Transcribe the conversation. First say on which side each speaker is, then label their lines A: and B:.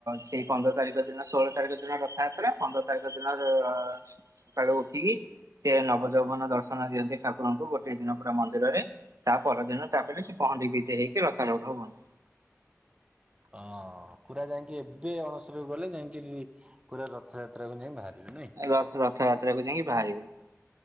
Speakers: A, on the right; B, on the right.
A: ସେଇ ପନ୍ଦର ତାରିଖ ଦିନ ଷୋଳ ତାରିଖ ଦିନ ପନ୍ଦର ତାରିଖ ଦିନ <unintelligible> ସକାଳୁ ଉଠିକି ସିଏ ନବ ଯଉବନ ଦର୍ଶନ ଦିଅନ୍ତି ଠାକୁରଙ୍କୁ ଗୋ ସେଇ ଦିନ ପୁରା ମନ୍ଦିରରେ ତା ପର ଦିନ ତାପରେ ସେ ପହଣ୍ଡି ବିଜେ ହେଇକି ରଥରୁଢ଼ ହୁଅନ୍ତି।
B: ହଁ ପୁରା ଯାଇକି ଏବେ ଅଣସର କୁ ଗଲେ ଯାଇଁକିରି ପୁରା ରଥଯାତ୍ରାକୁ ଯାଇଁ ବାହାରିବେ ନାଇଁ?
A: ରସ୍ ରଥ ରଥଯାତ୍ରାକୁ ଯାଇକି ବାହାରିବେ।